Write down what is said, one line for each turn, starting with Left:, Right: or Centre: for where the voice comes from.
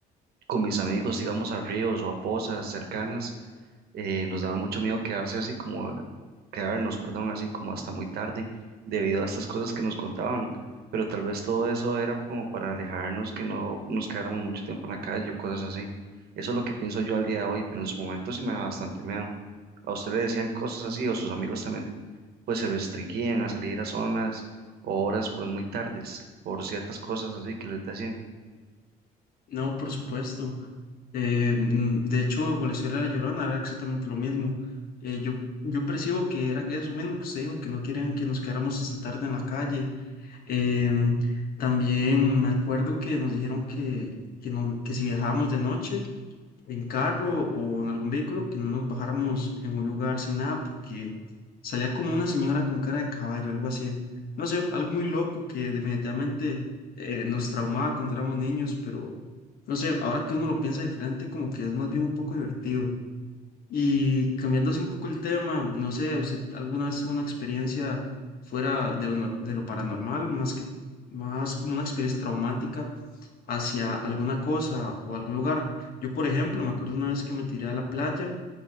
Right: con mis amigos íbamos a ríos o a pozas cercanas eh, nos daba mucho miedo quedarse así como, quedarnos, perdón, así como hasta muy tarde debido a estas cosas que nos contaban, pero tal vez todo eso era como para alejarnos, que no nos quedáramos mucho tiempo en la calle o cosas así. Eso es lo que pienso yo al día de hoy, pero en su momento sí me daba bastante miedo. ¿A usted le decían cosas así o sus amigos también pues se restringían a salir a zonas o horas pues muy tardes por ciertas cosas así que les decían?
Left: no, por supuesto. Eh, mm, de hecho, con la historia de la Llorona era exactamente lo mismo. Eh, yo, yo percibo que era que eso mismo que usted dijo, que no querían que nos quedáramos esta tarde en la calle. Em, también me acuerdo que nos dijeron que, que, no, que si viajábamos de noche, en carro o en algún vehículo que no nos bajáramos en un lugar sin nada porque salía como una señora con cara de caballo, algo así. No sé, algo muy loco que definitivamente eh, nos traumaba cuando éramos niños, pero no sé, ahora que uno lo piensa diferente, como que es más bien un poco divertido. Y cambiando así un poco el tema, no sé, ¿usted alguna vez tuvo una experiencia fuera de lo, nor- de lo paranormal, más que más como una experiencia traumática? hacia alguna cosa o algún lugar. Yo, por ejemplo, me acuerdo una vez que me tiré a la playa